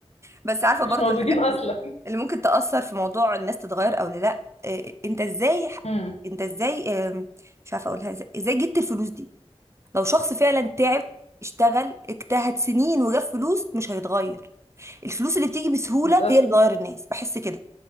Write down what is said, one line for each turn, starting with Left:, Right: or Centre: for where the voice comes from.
Right: بس عارفه
Left: <laughs> مش
Right: برضو
Left: موجودين
Right: الحاجات
Left: اصلا
Right: اللي ممكن تأثر في موضوع الناس تتغير او لا إيه، انت ازاي
Left: امم
Right: انت ازاي آم، مش عارفه اقولها ازاي ازاي جبت الفلوس دي لو شخص فعلا تعب اشتغل اجتهد سنين وجاب فلوس مش هيتغير الفلوس اللي بتيجي بسهوله
Left: بالظبط
Right: هي اللي بتغير الناس بحس كده